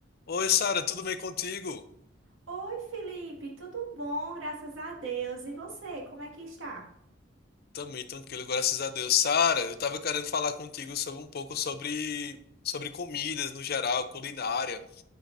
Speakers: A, on the left (about 55°); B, on the right (about 80°).
A: Oi, Sara, tudo bem contigo?
B: Oi, Felipe, tudo bom? Graças a Deus. E você, como é que está?
A: Também tranquilo, graças a Deus. Sara, eu tava querendo falar contigo sobre um pouco sobre sobre comidas no geral, culinária.